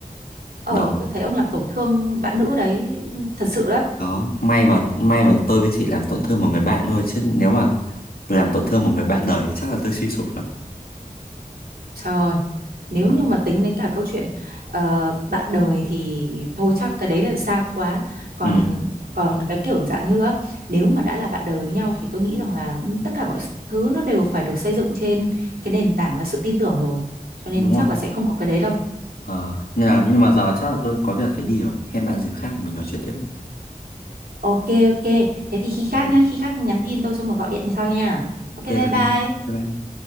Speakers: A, on the right; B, on the left.
A: ờ
B: đó
A: tôi thấy ông làm tổn thương bạn nữ đấy thật sự đó
B: đó may mà may mà tôi mới chỉ làm tổn thương một người bạn thôi chứ nếu mà làm tổn thương một người bạn đời thì chắc là tôi suy sụp lắm
A: trời ơi nếu
B: đó.
A: như mà tính đến cả câu chuyện ờ, bạn đời thì thôi chắc cái đấy là xa quá còn
B: ừ
A: còn cái kiểu dạng như á, nếu mà đã là bạn đời với nhau thì tôi nghĩ rằng là ừ, tất cả mọi thứ nó đều phải được xây dựng trên cái nền tảng là sự tin tưởng rồi cho nên
B: đúng
A: chắc
B: rồi
A: là sẽ không có cái đấy đâu
B: Ờ, nhưng mà, nhưng mà giờ chắc là tôi có việc phải đi rồi. Hẹn bạn dịp khác mình nói chuyện tiếp nhé.
A: ok ok thế thì khi khác
B: Ok bạn,
A: nhá khi khác nhắn tin tôi xong rồi gọi điện sau nha
B: ok
A: ok bye
B: bạn
A: bye
B: nha. Bye bye.